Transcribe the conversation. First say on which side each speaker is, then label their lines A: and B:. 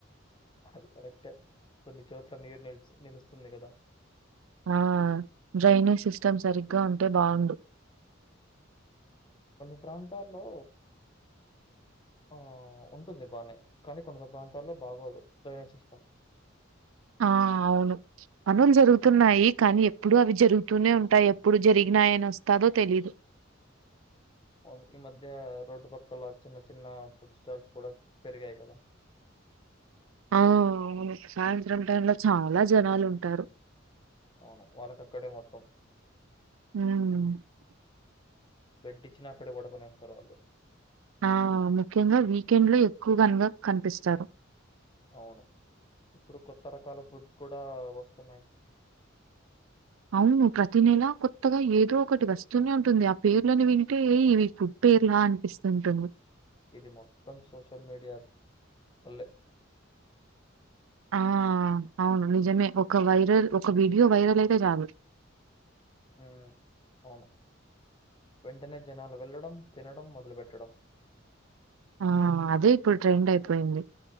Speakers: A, on the left; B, on the right.
A: అది కరెక్ట్ కొన్ని చోట్ల నీరు నిల్చ నిలుస్తుంది కదా
B: ఆ డ్రైనేజ్ సిస్టమ్ సరిగ్గా ఉంటే బావుండు
A: కొన్ని ప్రాంతాల్లో ఆ ఉంటుంది బానే కానీ కొంత ప్రాంతాల్లో బాగోదు డ్రైనేజ్ సిస్టమ్.
B: ఆ అవును పనులు జరుగుతున్నాయి కానీ ఎప్పుడు అవి జరుగుతూనే ఉంటాయి. ఎప్పుడు జరిగినాయన వస్తా దో తెలీదు
A: ఓ ముకి మధ్య రోడ్డు పక్కల చిన్న చిన్న ఫుడ్ స్టాల్స్ కూడా పెరిగాయి కదా
B: ఆ అవును సాయంత్రం టైమ్ లో చాలా జనాలు ఉంటారు.
A: అవును వాళ్ళకక్కడే మొత్తం
B: అవును
A: బెడ్ ఇచ్చినా అక్కడే వడుకొనేస్తారు వాళ్ళు
B: ఆ ముఖ్యంగా వీకెండ్ లో ఎక్కువగానగా కనిపిస్తారు.
A: అవును ఇప్పుడు కొత్త రకాల ఫుడ్ కూడా వస్తున్నాయి.
B: అవును ప్రతి నెలా కొత్తగా ఏదో ఒకటి వస్తూనే ఉంటుంది. ఆ పేర్లోనే వినింటే ఏయి వీపు పేర్లా అనిపిస్తుంటుంది.
A: ఇది మొత్తం సోషల్ మీడియా వల్లే
B: ఆ అవును నిజమే ఒక వైరల్ ఒక వీడియో వైరల్ అయితే చాలు
A: హ అవును వెంటనే జనాలు వెళ్లడం తినడం మొదలుపెట్టడం
B: ఆ అదే ఇప్పుడు ట్రెండ్ అయిపోయింది